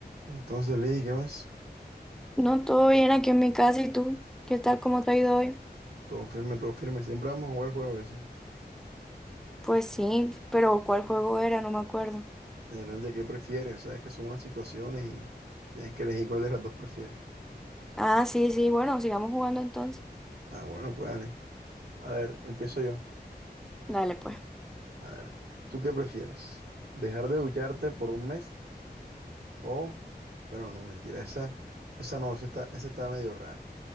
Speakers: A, on the right; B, in the centre.
A: Entonces, Lee, ¿qué más?
B: No, todo bien aquí en mi casa. ¿Y tú? ¿Qué tal? ¿Cómo te ha ido hoy?
A: Todo firme, todo firme. Siempre vamos a jugar el juego ese.
B: Pues sí, pero ¿cuál juego era? No me acuerdo.
A: Era el de qué prefieres, sabes que son unas situaciones y tienes que elegir cuál de las dos prefieres.
B: Ah, sí, sí. Bueno, sigamos jugando entonces.
A: Ah, bueno, pues dale. A ver, empiezo yo.
B: Dale, pues.
A: A ver, ¿tú qué prefieres? ¿Dejar de ducharte por un mes o... Bueno, no, mentira, esa, esa no, esa está, esa está medio rara.